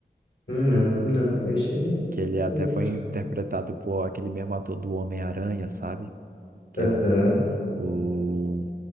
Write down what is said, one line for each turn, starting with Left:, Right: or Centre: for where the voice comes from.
Left: Hum, Não, não. Esse...
Right: Que ele até
Left: não.
Right: foi interpretado por aquele mesmo ator do Homem-Aranha, sabe? Que
Left: Aham.
Right: é o, o